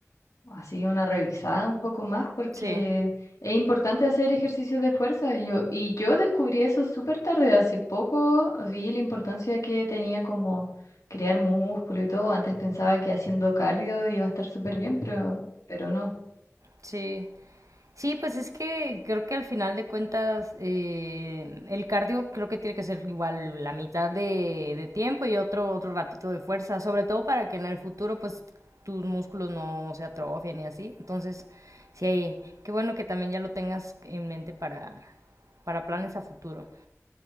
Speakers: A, on the left; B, on the right.
A: así una revisada un poco más porque
B: Sí,
A: es importante hacer ejercicios de fuerza. Yo, y yo descubrí eso súper tarde, hace poco vi la importancia que tenía como crear músculo y todo. Antes pensaba que haciendo cardio iba a estar súper bien, pero, pero no.
B: sí. Sí, pues es que creo que al final de cuentas eh, el cardio creo que tiene que ser igual la mitad de, de tiempo y otro, otro ratito de fuerza, sobre todo para que en el futuro pues tus músculos no, no se atrofien y así. Entonces, sí, qué bueno que también ya lo tengas en mente para, para planes a futuro.